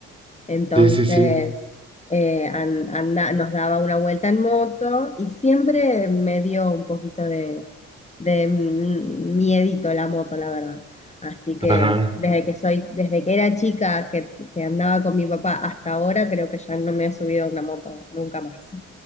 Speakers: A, on the left; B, on the right.
A: Entonces,
B: sí, sí, sí.
A: eh, an- anda- nos daba una vuelta en moto y siempre me dio un poquito de, de mm, miedito la moto, la verdad. Así que
B: Ajá,
A: desde que soy, desde que era chica que, que andaba con mi papá hasta ahora, creo que ya no me he subido a una moto nunca más.